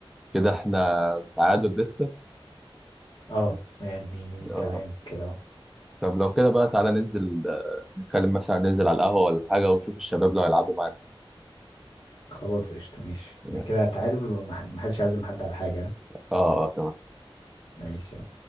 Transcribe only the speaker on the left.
اه يعني
تمام كده أهو.
خلاص قشطة ماشي
كده تعادل ومح- محدش عازم حد على حاجة
ماشي يلا.